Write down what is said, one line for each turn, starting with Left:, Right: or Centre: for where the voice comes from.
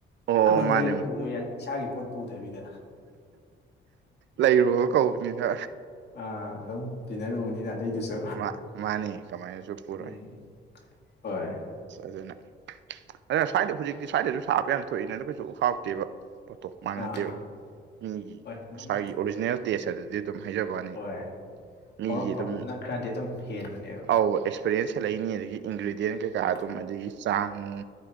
Left: ꯃꯌꯥꯝꯒ
Right: ꯑꯣ ꯃꯥꯅꯦ
Left: ꯂꯩꯔ ꯄꯨꯗꯣꯏꯅꯦ ꯏꯁꯥꯒꯤ ꯄꯣꯠ ꯄꯨꯗꯕꯤꯗ
Right: ꯂꯩꯔꯨꯕ ꯀꯧꯕꯅꯤꯅ
Left: ꯑꯥ ꯑꯗꯨꯝ ꯇꯤꯟꯅꯔꯨꯕꯅꯤꯅ ꯑꯇꯩꯗꯨꯁꯨ
Right: ꯃꯥ ꯃꯥꯅꯤ ꯀꯃꯥꯏꯅꯁꯨ ꯄꯨꯔꯣꯏ
Left: ꯎꯝ ꯍꯣꯏ
Right: ꯑꯁ ꯑꯗꯨꯅ ꯑꯗꯨꯅ ꯁꯋꯥꯏꯗ ꯍꯧꯖꯤꯛꯇꯤ ꯁꯋꯥꯏꯗꯁꯨ ꯁꯥꯕ ꯌꯥꯝ ꯊꯣꯛꯏꯅ ꯑꯗꯨ ꯀꯩꯁꯨ ꯍꯥꯎꯇꯦꯕ ꯄꯣꯠꯇꯣ ꯃꯥꯟꯅꯗꯦꯕ
Left: ꯑꯥ
Right: ꯃꯤꯒꯤ
Left: ꯍꯣꯏ ꯑꯗꯨꯝ
Right: ꯃꯁꯥꯒꯤ ꯑꯣꯔꯤꯖꯤꯅꯦꯜ ꯇꯦꯁ ꯑꯗꯨ ꯗꯤ ꯑꯗꯨꯝ ꯍꯥꯏꯖꯕ ꯋꯥꯅꯤ
Left: ꯍꯣꯏ
Right: ꯃꯤꯒꯤ
Left: ꯍꯧꯔꯛꯐꯝꯗꯨꯅ
Right: ꯑꯗꯨꯝ
Left: ꯈꯔꯗꯤ ꯑꯗꯨꯝ ꯍꯦꯟꯕꯅꯤ
Right: ꯑꯧ ꯑꯦꯛꯁꯄꯔꯤꯌꯦꯟꯁ ꯍꯦꯜꯂꯛꯏꯅꯤ ꯑꯗꯒꯤ ꯏꯟꯒꯔꯤꯗꯦꯟ ꯀꯩꯀꯥ
Left: ꯎꯝ
Right: ꯑꯗꯨꯝ ꯑꯗꯒꯤ ꯆꯥꯡ ꯅꯨꯡ